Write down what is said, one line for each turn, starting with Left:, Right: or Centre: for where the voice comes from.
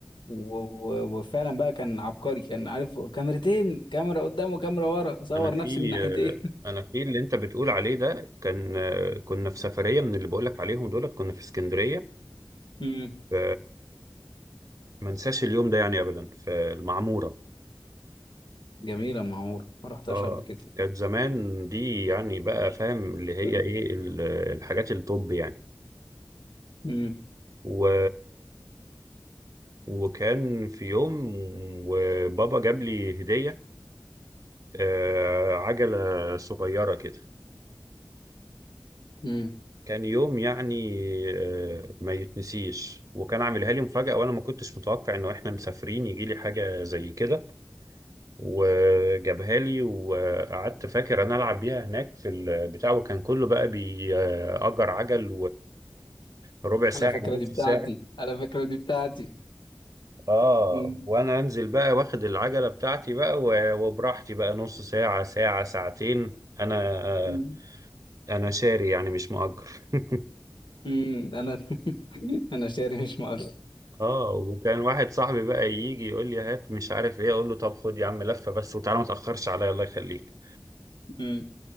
Left: و- و- وفعلا بقى كان عبقري كان عارف كاميرتين كاميرا قدام وكاميرا ورا صور
Right: انا في
Left: نفسي من ناحيتين
Right: آه، انا في اللي انت بتقول عليه ده كان آه، كنا في سفريه من اللي بقولك عليهم دولت كنا في اسكندريه
Left: <laughs> امم
Right: ف- ما انساش اليوم ده يعني ابدا في المعموره
Left: جميلة معمورة ما رحتهاش
Right: اه
Left: قبل كده
Right: كانت زمان دي يعني بقى فاهم اللي هي
Left: <laughs>
Right: ايه ال- الحاجات الطب يعني
Left: امم
Right: و... وكان في يوم وبابا جاب لي هدية آه، عجلة صغيرة كده
Left: امم
Right: كان يوم يعني آه، ما يتنسيش وكان عاملها لي مفاجأة وانا ما كنتش متوقع انه احنا مسافرين يجي لي حاجة زي كده وجابها لي وقعدت فاكر انا العب بيها هناك في البتاع وكان كله بقى بيأجر عجل وربع ساعة
Left: على فكرة
Right: ونص
Left: دي بتاعتي
Right: ساعة
Left: على فكرة دي بتاعتي
Right: اه
Left: امم
Right: وانا انزل بقى واخد العجلة بتاعتي بقى و- وبراحتي بقى نص ساعة ساعة ساعتين انا آه،
Left: امم
Right: انا شاري يعني مش مؤجر <laughs>
Left: أمم. انا <laughs> انا شاري مش مؤاخذة
Right: اه وكان واحد صاحبي بقى يجي يقول لي هات مش عارف ايه اقول له طب خد يا عم لفة بس وتعالى ما تأخرش عليا الله يخليك
Left: امم